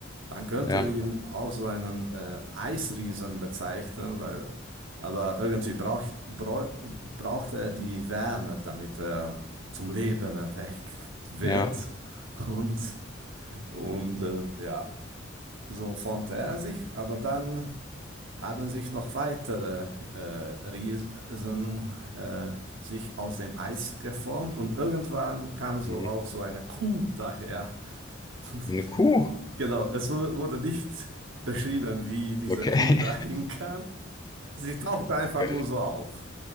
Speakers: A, on the right (about 75°); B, on the left (about 20°).
A: man könnte
B: Ja. Ja,
A: ihn auch so einen äh, Eisriesen bezeichnen, weil, aber irgendwie braucht, brau, braucht er die Wärme, damit er zum Leben erweckt wird
B: ja.
A: <laughs> und, und äh, ja, so formte er sich, aber dann haben sich noch weitere äh, Riesen äh, sich aus dem Eis geformt und irgendwann kam so
B: Mhm.
A: auch so eine Kuh daher. Und
B: Eine Kuh.
A: <laughs> genau, es wu- wurde nicht beschrieben, wie diese
B: Okay.
A: Kuh dahin kam. Sie tauchte einfach
B: <laughs>
A: nur so auf.